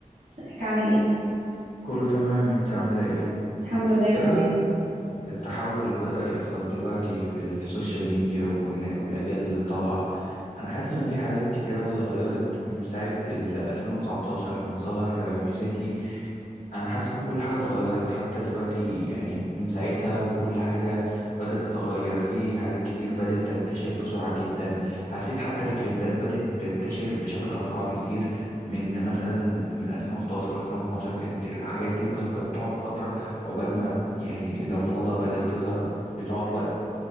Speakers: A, on the right; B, on the left.
A: ازيك عامل ايه
B: كله تمام انت عاملة ايه؟
A: الحمد لله
B: ايه
A: تمام
B: رأيك التحول اللي بدأ يحصل دلوقتي في السوشيال ميديا والن- والأجيال اللي طالعة أنا حاسس إن في حاجات كتير أوي اتغيرت من ساعة ال 2019 لما ظهر ميوزيكلي أنا حاسس إن كل حاجة اتغيرت حتى دلوقتي يعني من ساعتها وكل حاجة بدأت تتغير في حاجات كتير بدأت تنتشر بسرعة جدا حسيت حتى الترندات بدأت تنتشر بشكل أسرع بكتير من مثلا من 2011 2012 كانت الحاجات دي ممكن كانت تقعد فترة عقبال ما يعني لو موضة بدأت تظهر بتقعد وقت